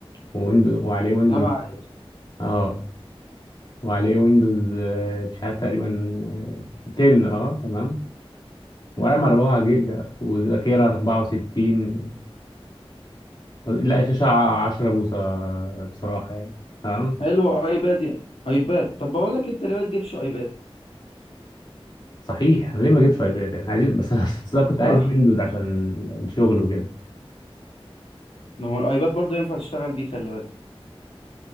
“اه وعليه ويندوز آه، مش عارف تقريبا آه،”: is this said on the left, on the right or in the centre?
Left